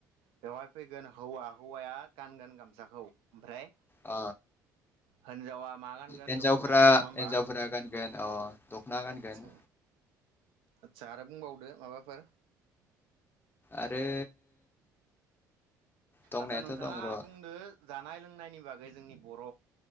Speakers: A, on the right; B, on the left.
A: बेवहाय फैगोन हौवा हौवाया गानगोन गामसाखौ ओमफ्राय
B: ओ
A: हिनजावा मा गानगोन
B: हिन्जावफोरा
A: दख'ना नङा होमबा
B: हिन्जावफोरा गानगोन अ दख'ना गानगोन
A: आदसा आदसा आरो बुंबावदो माबाफोर
B: आरो दंनायाथ'
A: आदसा नोंथाङा
B: दं र'
A: बुंदो जानाय लों नायनि बागै जोंनि बर